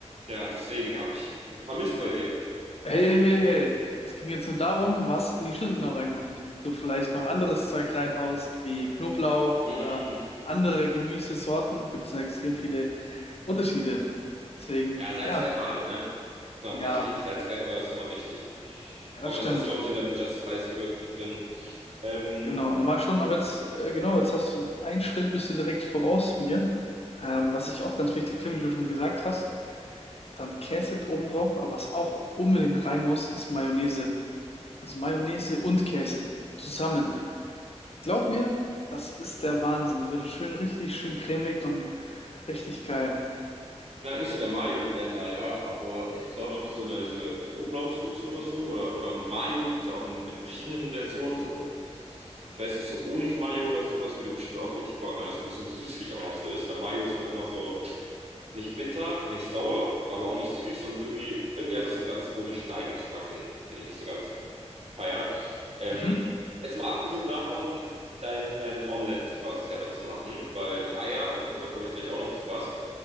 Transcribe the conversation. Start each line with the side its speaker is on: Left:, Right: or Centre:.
Right: Ja, deswegen hab ich vermisst bei dir.
Left: Hey, hey, hey, hey. Es ging jetzt nur darum, was in die Schüssel noch reinkommt. Du vielleicht noch anderes Zeug reinhaust, wie Knoblauch oder
Right: Mm.
Left: andere Gemüsesorten. Gibt es ja extrem viele Unterschiede. Deswegen,
Right: Ja, Salz,
Left: ja,
Right: Pfeffer halt, ne? Ist noch
Left: ja,
Right: wichtig. Salz, Pfeffer ist immer wichtig.
Left: ja,
Right: Aber
Left: das
Right: das
Left: stimmt.
Right: hast du, glaube ich, in deinem Just Spice Gewürz mit drin. Ähm,
Left: Genau, normal schon, aber jetzt, äh, genau, jetzt hast du einen Schritt, bist du direkt voraus mir. Ähm, was ich auch ganz wichtig finde, wie du schon gesagt hast. Dann Käse obendrauf, aber was auch unbedingt rein muss, ist Mayonnaise. Also Mayonnaise und Käse zusammen. Glaub mir, das ist der Wahnsinn. Da wird es schön, richtig schön cremig und richtig geil.
Right: bin halt nicht so der Mayo-Fan leider, aber ich glaube, so eine, so eine Knoblauchsoße oder so, oder, oder Mayo gibt's ja auch in, in verschiedenen Versionen, so. Ich weiß nicht, so Honig-Mayo oder sowas würde bestimmt auch richtig Bock machen, dass so ein bisschen süßlich auch noch so ist, weil Mayo ist mir immer so, nicht bitter, nicht sauer, aber auch nicht süß und irgendwie, irgendwie hat das so einen ganz komischen Eigengeschmack, den, den ich nicht so ganz feier. Ähm,
Left: Mhm.
Right: jetzt mal abgesehen davon, dein, dein Omelett quasi selber zu machen, weil Eier und so, da komme ich gleich auch noch zu was.